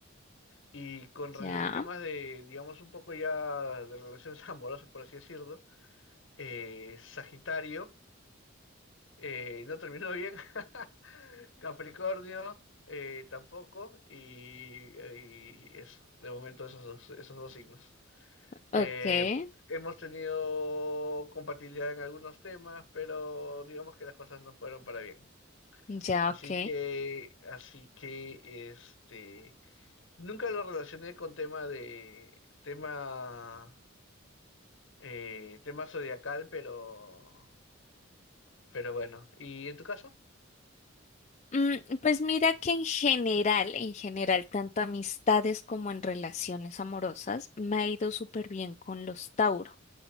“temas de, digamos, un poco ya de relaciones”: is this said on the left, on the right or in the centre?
Left